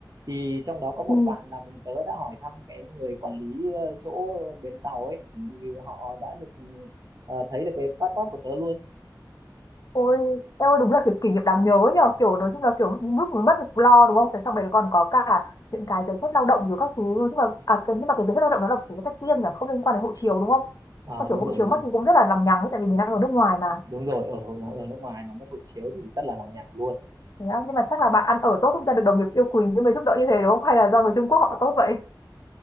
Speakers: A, on the right; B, on the left.
A: thì trong đó có một
B: Ừ.
A: bạn làm cùng tớ đã hỏi thăm cái người quản lý ờ, chỗ bến tàu ấy thì họ đã được ờ, thấy được cái passport của tớ luôn
B: Ôi, em ơi đúng là kiểu kỷ niệm đáng nhớ nhờ kiểu nói chung là kiểu lúc mới mất việc lo đúng không? Thế xong rồi còn có cả những cái giấy phép lao động rồi các thứ nói chung là à, cái, nhưng mà cái giấy phép lao động nó là kiểu cái tách riêng nhỉ không liên quan đến hộ chiếu đúng không?
A: Ờ
B: Mà
A: đúng
B: kiểu hộ
A: rồi
B: chiếu
A: đúng
B: mất
A: rồi
B: thì cũng rất là lằng nhằng ấy, tại vì mình đang ở nước ngoài mà
A: đúng rồi ở ở nước ngoài mà mất hộ chiếu thì rất là lằng nhằng luôn
B: Thế á, nhưng mà chắc là bạn ăn ở tốt chúng ta được đồng nghiệp yêu quý nhưng mới giúp đỡ như thế đúng không? Hay là do người Trung Quốc họ tốt vậy?